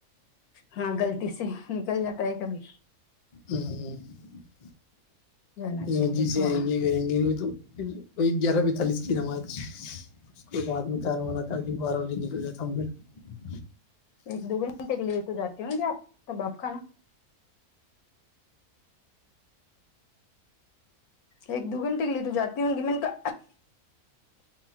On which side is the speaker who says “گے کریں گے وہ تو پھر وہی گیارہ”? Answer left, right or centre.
Left